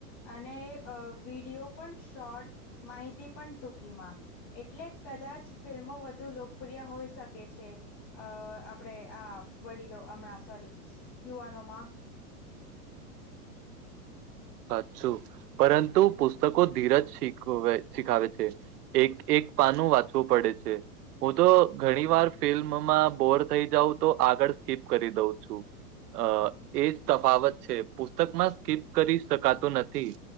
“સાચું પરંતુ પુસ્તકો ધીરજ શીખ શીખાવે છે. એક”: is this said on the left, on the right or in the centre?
Right